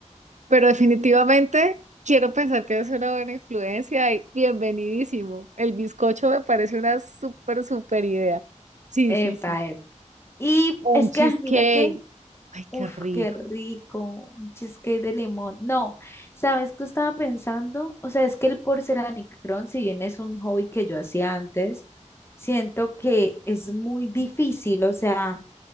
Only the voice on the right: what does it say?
Pero definitivamente quiero pensar que es una buena influencia y bienvenidísimo. El bizcocho me parece una súper, súper idea. Sí,
sí, sí.
O
un cheesecake.
Ay,
qué rico.